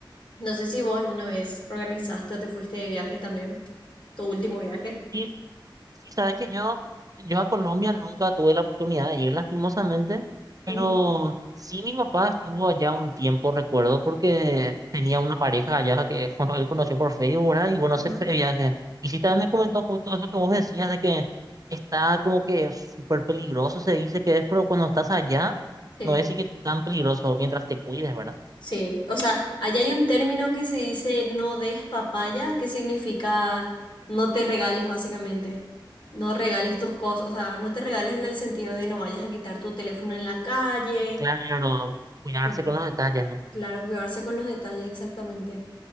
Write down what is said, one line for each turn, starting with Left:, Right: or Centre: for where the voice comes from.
Left: No sé si vos alguna vez organizaste o te fuiste de viaje también, tu último viaje.
Right: Sí, Sí, sabes que yo, yo a Colombia nunca tuve la oportunidad de ir lastimosamente, pero
Left: Ujú.
Right: sí mi papá estuvo allá un tiempo, recuerdo, porque tenía una pareja allá que <laughs> bueno, él conoció por Facebook, ¿verdad? Y bueno,
Left: Ajá.
Right: se fue de viaje. Y sí también me comentó justo eso que vos decías de que está como que súper peligroso, se dice que es, pero cuando estás allá
Left: Sí.
Right: no es así que tan peligroso mientras te cuides, ¿verdad?
Left: Sí, o sea, allá hay un término que se dice no des papaya, que significa no te regales básicamente. No regales tus cosas, o sea, no te regales en el sentido de no vayas a quitar tu teléfono en la calle.
Right: Claro, cuidarse
Left: Ujú.
Right: con los detalles, ¿no?
Left: Claro, cuidarse con los detalles exactamente.